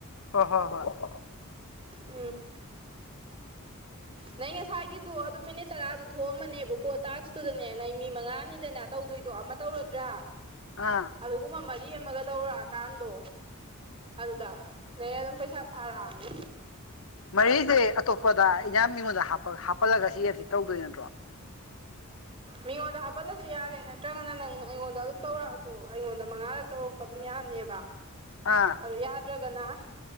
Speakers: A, on the left; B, on the right.
A: ꯍꯣ ꯍꯣ ꯍꯣ
B: ꯎꯝ ꯅꯪ ꯉꯁꯥꯏꯒꯤꯗꯣ ꯑꯗꯨꯝ ꯃꯤꯅꯤꯠ ꯇꯔꯥꯗꯨ ꯊꯣꯛꯑꯝꯃꯅꯦꯕ ꯀꯣ ꯇꯁꯇꯨꯗꯅꯦ ꯅꯪ ꯃꯤ ꯃꯉꯥꯅꯤꯗꯅꯦ ꯇꯧꯗꯣꯏꯗꯣ ꯑꯃ ꯇꯧꯔꯗ꯭ꯔꯥ
A: ꯑꯥ
B: ꯑꯗꯨꯒꯨꯝꯕ ꯃꯔꯤ ꯑꯃꯒ ꯇꯧꯔꯛꯑꯀꯥꯟꯗꯣ ꯑꯗꯨꯗ ꯅ‌ꯦ ꯑꯗꯨꯝ ꯄꯩꯁꯥ ꯁꯥꯔꯛꯑꯅꯤ꯫
A: ꯃꯔꯤꯁꯦ ꯑꯇꯣꯞꯄꯗ ꯏꯌꯥꯝ ꯃꯤꯉꯣꯟꯗ ꯍꯥꯞꯄꯜꯂꯒ ꯁꯤ ꯑ‌ꯦꯞꯁꯤ ꯇꯧꯗꯣꯏ ꯅꯠꯇ꯭ꯔꯣ
B: ꯃꯤꯉꯣꯟꯗ ꯍꯥꯞꯄꯜꯂꯁꯨ ꯌꯥꯔꯦ ꯅꯠꯇ꯭ꯔꯒꯅ ꯅꯪ ꯑꯩꯉꯣꯟꯗ ꯑꯗꯨꯝ ꯇꯧꯔꯛꯑꯁꯨ ꯑꯩꯉꯣꯟꯗ ꯃꯉꯥꯔꯛ ꯇꯧꯔꯛꯄ ꯑꯗꯨꯝ ꯌꯥꯅꯦꯕ꯫ <unintelligible>
A: ꯑꯥ
B: ꯑꯗꯨ ꯌꯥꯗ꯭ꯔꯥꯒꯅ